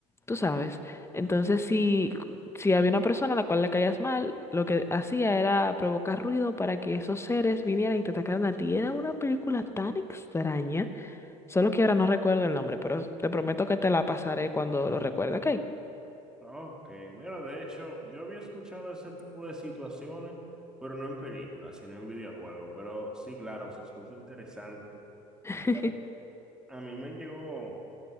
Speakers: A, on the left (about 15°); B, in the centre.
A: Tú sabes. Entonces, si, si había una persona a la cual le caías mal, lo que hacía era provocar ruido para que esos seres vinieran y te atacaran a ti. Era una película tan extraña. Solo que ahora no recuerdo el nombre, pero te prometo que te la pasaré cuando lo recuerde, ¿ok?
B: Ok, mira, de hecho, yo había escuchado ese tipo de situaciones, pero no en películas, sino en videojuegos. Pero sí, claro, se escucha interesante.
A: <laughs>
B: Pero a mí me llegó